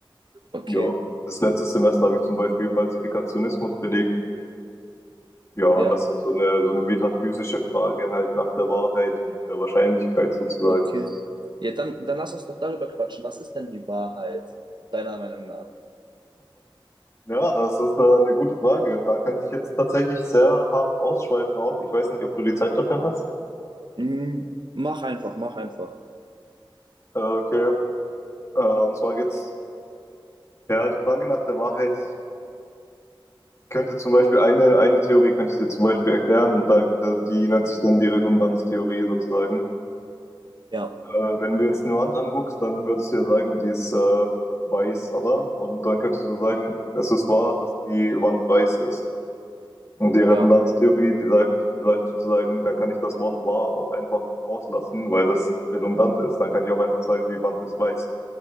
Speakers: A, on the right (about 55°); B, on the left (about 30°).
A: okay,
B: Ja, das letzte Semester habe ich zum Beispiel Falsifikationismus belegt. Ja, und
A: ja.
B: das ist so eine, so eine metaphysische Frage halt nach der Wahrheit und der Wahrscheinlichkeit sozusagen.
A: Okay. Ja, dann, dann lass uns doch darüber quatschen. Was ist denn die Wahrheit, deiner Meinung nach?
B: Ja, das ist äh, eine gute Frage. Da könnte ich jetzt tatsächlich sehr hart ausschweifen auch. Ich weiß nicht, ob du die Zeit dafür hast.
A: Hm, mach einfach, mach einfach.
B: Äh, okay, äh, und zwar geht's, ja, die Frage nach der Wahrheit. könnte zum Beispiel eine, eine Theorie könnte ich dir zum Beispiel erklären und da, da, die nennt sich dann die Redundanztheorie sozusagen.
A: Ja,
B: Äh, wenn du jetzt eine Wand anguckst, dann würdest du ja sagen, die ist äh, weiß, oder? Und dann könntest du sagen, es ist wahr, dass die Wand weiß ist. Und die Redundanztheorie,
A: ja.
B: die sagt, die sagt sozusagen, dann kann ich das Wort wahr auch einfach rauslassen, weil das redundant ist. Dann kann ich auch einfach sagen, die Wand ist weiß.